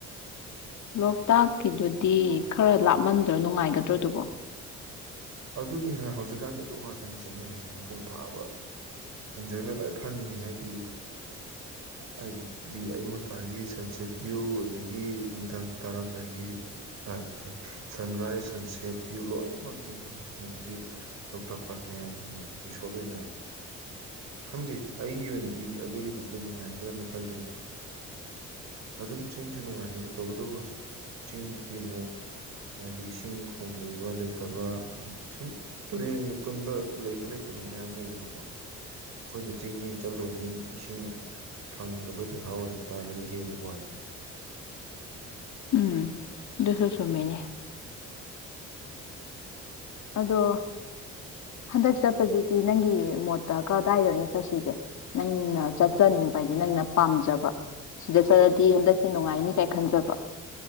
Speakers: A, on the left; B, on the right.
A: ꯂꯣꯛꯇꯥꯛꯀꯤꯗꯨꯗꯤ ꯈꯔ ꯂꯥꯞꯃꯟꯗ꯭ꯔ ꯅꯨꯡꯉꯥꯏꯒꯗ꯭ꯔꯣꯗꯨꯕꯣ
B: ꯑꯗꯨꯅꯤꯅ ꯍꯧꯖꯤꯛꯀꯥꯟꯗꯤ ꯑꯗꯨꯝ ꯉꯥꯛꯇꯅꯦ ꯆꯠꯅꯤꯡꯉꯤꯁꯦ ꯃꯄꯨꯡ ꯐꯥꯕ ꯑꯦꯟꯖꯣꯏꯃꯦꯟ ꯂꯣꯏ ꯐꯪꯉꯤꯅꯤ ꯍꯥꯏꯗꯤ ꯍꯥꯏꯗꯤ ꯑꯌꯨꯛ ꯉꯟꯇꯥꯒꯤ ꯁꯟꯁꯦꯠ ꯚ꯭ꯌꯨ ꯑꯗꯒꯤ ꯅꯨꯃꯤꯗꯥꯡ ꯇꯥꯔꯥꯝꯗꯥꯏꯒꯤ ꯁꯣꯔꯤ ꯁꯟꯔꯥꯏꯁ ꯁꯟꯁꯦꯠ ꯚ꯭ꯌꯨ ꯂꯣꯏꯅꯃꯛ ꯌꯦꯡꯐꯝꯪꯗꯣꯏꯅꯤ ꯑꯗꯒꯤ ꯂꯣꯛꯇꯥꯛ ꯄꯥꯠ ꯃꯌꯥꯏꯗꯅꯤ ꯔꯤꯁꯣꯔꯠ ꯑꯣꯏꯅ ꯑ ꯈꯪꯗꯦ ꯑꯩꯒꯤ ꯑꯣꯏꯅꯗꯤ ꯑꯗꯨꯒꯤꯗꯨꯗ ꯅꯨꯡꯉꯥꯏꯒꯗ꯭ꯔꯅ ꯈꯜꯂꯤ ꯑꯗꯨꯝ ꯆꯤꯡꯁꯨ ꯅꯨꯡꯉꯥꯏꯒꯅꯤ ꯇꯧꯕꯇꯕꯨ ꯍꯧꯖꯤꯛ ꯆꯤꯡꯗꯗꯤ ꯑꯃꯨꯛ ꯍꯥꯏꯗꯤ ꯏꯁꯤꯡ ꯈꯣꯡ ꯂꯩꯕ ꯇꯕ ꯑ ꯁꯨꯝ ꯇꯨꯔꯦꯟꯒ ꯄꯨꯟꯕ ꯂꯩꯕ ꯂꯩꯇꯕ ꯃꯌꯥꯝ ꯂꯩꯗꯅꯀꯣ ꯑꯈꯣꯏꯅ ꯆꯤꯡ ꯅꯦꯅ ꯆꯠꯂꯨꯔꯅꯤ ꯏꯁꯤꯡ ꯐꯪꯗꯕ ꯖꯒꯥ ꯑꯣꯏꯔꯝ ꯇꯥꯔꯒꯗꯤ ꯍꯦꯟꯅ ꯋꯥꯏꯗꯅ
A: ꯎꯝ ꯗꯨꯁꯨ ꯁꯨꯝꯃꯤꯅꯦ ꯑꯗꯣ ꯍꯟꯗꯛ ꯆꯠꯄꯖꯤꯗꯤ ꯅꯪꯒꯤ ꯃꯣꯠꯇ ꯀꯗꯥꯏꯗ ꯑꯣꯏꯅ ꯆꯠꯁꯤꯒꯦ ꯅꯪꯅ ꯆꯠꯆꯅꯤꯡꯕ ꯍꯥꯏꯗꯤ ꯅꯪꯅ ꯄꯥꯝꯖꯕ ꯁꯤꯗ ꯆꯠꯂꯗꯤ ꯍꯟꯗꯛꯁꯦ ꯅꯨꯡꯉꯥꯏꯅꯤ ꯀꯥꯏ ꯈꯟꯖꯕ